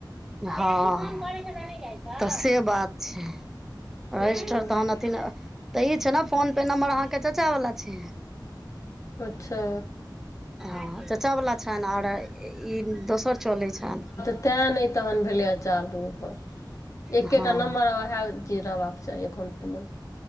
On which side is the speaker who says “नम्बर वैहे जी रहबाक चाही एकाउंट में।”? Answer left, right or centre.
Left